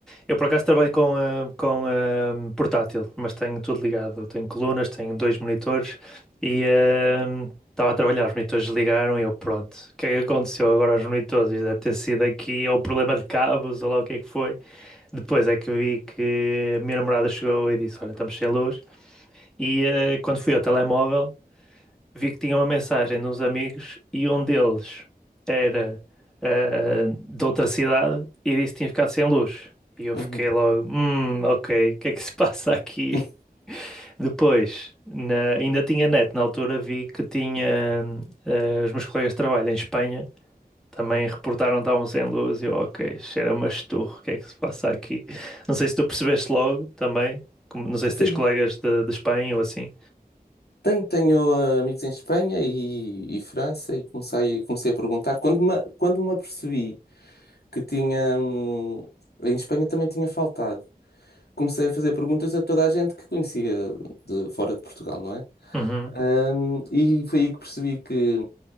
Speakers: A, in the centre; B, on the left.
A: eu por acaso trabalho com, eh, com eh, portátil, mas tenho tudo ligado. Tenho colunas, tenho dois monitores e eh, estava a trabalhar, os monitores ligaram e eu pronto. O que é que aconteceu agora aos monitores? Deve ter sido aqui ou problema de cabos ou lá o que é que foi. Depois é que vi que a minha namorada chegou e disse: Olha, estamos sem luz. E eh, quando fui ao telemóvel, vi que tinha uma mensagem de uns amigos e um deles era eh, de outra cidade e disse que tinha ficado sem luz. E eu
B: uhum.
A: fiquei logo: Hum, ok, o que é que se <laughs> passa aqui?
B: <laughs>
A: Depois, na- ainda tinha net, na altura vi que tinha eh, os meus colegas de trabalho em Espanha também reportaram que estavam sem luz e eu, ok, cheira-me a esturro, o que é que se passa aqui? Não sei se tu percebeste logo também, como- não sei se
B: Foi.
A: tens colegas de, de Espanha ou assim.
B: Tenho, tenho ah, amigos em Espanha e, e França e comecei, comecei a perguntar. Quando me, quando me apercebi que tinha, hum, em Espanha também tinha faltado, comecei a fazer perguntas a toda a gente que conhecia de fora de Portugal, não é?
A: Uhum.
B: Hum, e foi aí que percebi que